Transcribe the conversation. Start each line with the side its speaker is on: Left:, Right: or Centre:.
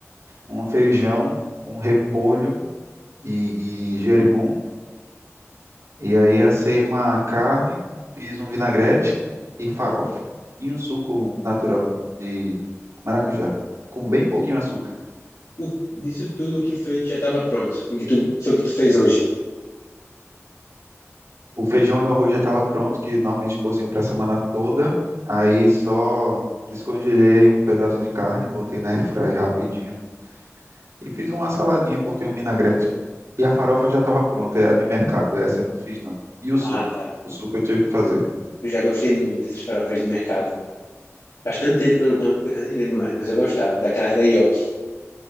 Right: um feijão, um repolho e, e gerimum. E aí assei uma carne, fiz um vinagrete e farofa. E um suco natural de maracujá, com bem pouquinho açúcar.
Left: O, disso tudo, o que foi que já estava pronto? O que tu, foi que tu fez hoje?
Right: O feijão e o arroz já estava pronto, que normalmente cozinho para a semana toda. Aí só descongelei um pedaço de carne, botei na airfry rapidinho e fiz uma saladinha, cortei um vinagrete. E a farofa já estava pronta, é a de mercado, essa eu não fiz não. E o suco?
Left: Ah, tá.
Right: O suco eu tive que fazer.
Left: Eu já gostei muito dessas farofas do mercado. Faz tanto tempo que eu não como que eu já nem lembro mais, mas eu gostava, daquelas da Yoki.